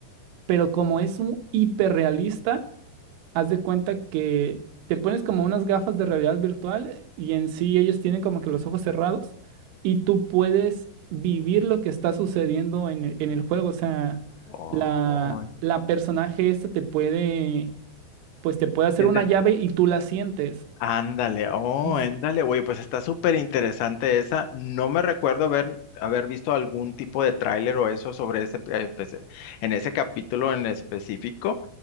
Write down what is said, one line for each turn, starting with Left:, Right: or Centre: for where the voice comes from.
Right: pero como es un hiperrealista haz de cuenta que te pones como unas gafas de realidad virtual y en sí ellos tienen como que los ojos cerrados y tú puedes vivir lo que está sucediendo en, e- en el juego. O sea,
Left: oh,
Right: la, la personaje esta te puede, pues te puede hacer
Left: sientes,
Right: una llave y tú la sientes.
Left: ándale, oh,
Right: Y s-
Left: ándale, oye, pues está súper interesante esa. No me recuerdo haber, haber visto algún tipo de tráiler o eso sobre ese, eh, pues, en ese capítulo en específico.